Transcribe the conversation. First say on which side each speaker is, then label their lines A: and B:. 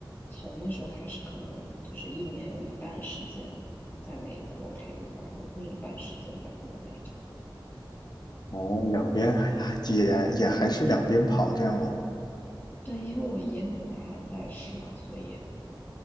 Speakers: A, on the left; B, on the left.
A: 从那时候开始，可能就是一年有一半时间在美国陪我，然后另一半时间在国内这样。
B: 哦，两边还还也也还是两边跑这样咯。
A: 对，因为我爷爷奶奶还在世嘛，所以